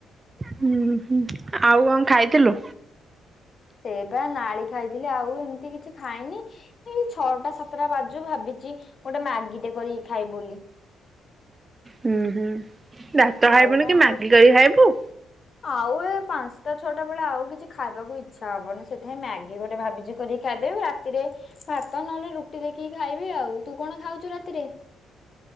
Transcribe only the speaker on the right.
ହୁଁ ଆଉ କଣ ଖାଇଥିଲୁ?
ହୁଁ ହୁଁ, ଭାତ
ଖାଇବୁନି
କି,
ମାଗି କରିକି ଖାଇବୁ?